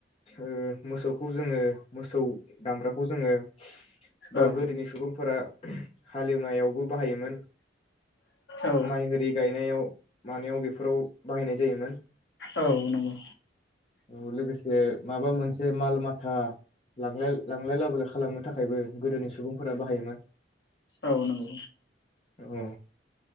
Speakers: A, on the left; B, on the left.
A: ओ मोसौखौ जोङो मोसौ दामब्राखौ जोङो बा
B: औ
A: गोदोनि सुबुंफोरा हालेवनायावबो बाहायोमोन
B: औ
A: माइ होरि गायनायाव मानायाव बेफोराव बाहायनाय जायोमोन
B: औ नंगौ
A: औ लोगोसे माबा मोनसे माल माथा लां-लांलाय लाबोलाय खालामनो थाखायबो गोदोनि सुबुंफोरा बाहायोमोन ।
B: औ नंगौ
A: औ